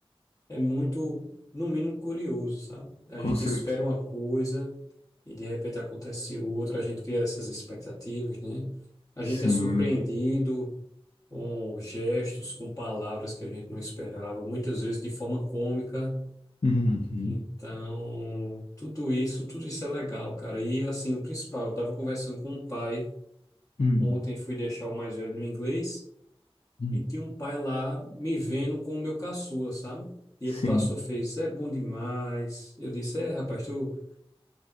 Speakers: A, on the left (about 35°); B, on the left (about 90°).
A: é muito, no mínimo, curioso, sabe? A
B: Com
A: gente
B: certeza.
A: espera uma coisa e de repente acontece outra, a gente cria essas expectativas, né? A
B: Sim.
A: gente é surpreendido com gestos, com palavras que a gente não esperava, muitas vezes de forma cômica.
B: Uhum.
A: Então, tudo isso, tudo isso é legal, cara. E assim, o principal, eu estava conversando com um pai.
B: Uhum.
A: Ontem fui deixar o mais velho no inglês
B: Uhum.
A: e tinha um pai lá me vendo com o meu caçula, sabe? E
B: Sim.
A: ele passou, fez, é bom demais. Eu disse, é, rapaz, tu,